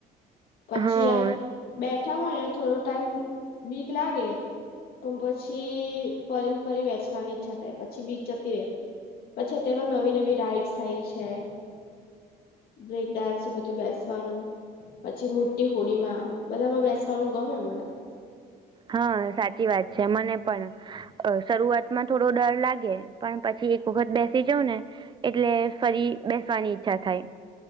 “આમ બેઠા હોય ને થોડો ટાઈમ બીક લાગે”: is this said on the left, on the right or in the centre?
Left